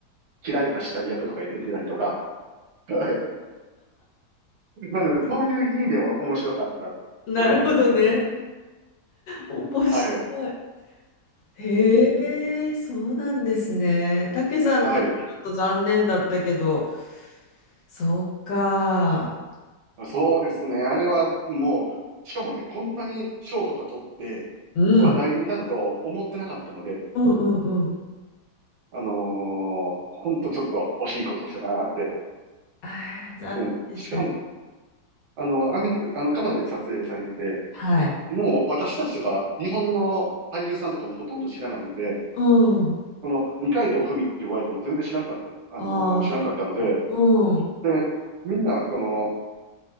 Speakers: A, on the right; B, on the left.
A: 切られた死体役とかに出てたりとか。<laughs> はい。なので、そういう意味でも面白かったドラマですね。
B: なるほどね。面白い。
A: はい。
B: へえ、
A: うん。
B: そうなんですね。たけさんたちちょっと残念だったけど、
A: はい。
B: そうか。
A: そうですね。あれはもう、しかもね、こんなに賞とか取って
B: うん。
A: 話題になると思ってなかったので、
B: うんうんうん。
A: あのーほんとちょっと惜しいことしたなーって。
B: ああ、残念でしたね。
A: でも、しかも、あの、アメリカ、あの、カナダで撮影されてて、
B: はい。
A: もう私たちとか、日本の俳優さんとかもほとんど知らないので、
B: うん。
A: その、二階堂ふみって言われても全然知らんかった、あのー知らんかったので、
B: ああ、そっか。うん。
A: で、みんな、その、